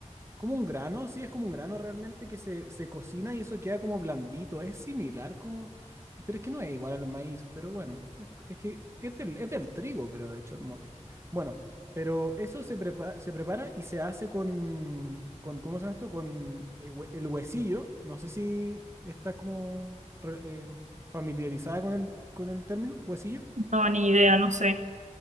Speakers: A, on the right; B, on the right.
A: como un grano, sí, es como un grano realmente que se, se cocina y eso queda como blandito. Es similar como... Pero es que no es igual al maíz, pero bueno, es, es que es del, es del trigo, creo, de hecho, el mote. Bueno, pero eso se prepara, se prepara y se hace con, con, ¿cómo se llama esto? Con eh, hue- el huesillo. No sé si está como re- eh, familiarizada con el, con el término, huesillo.
B: No, ni idea, no sé.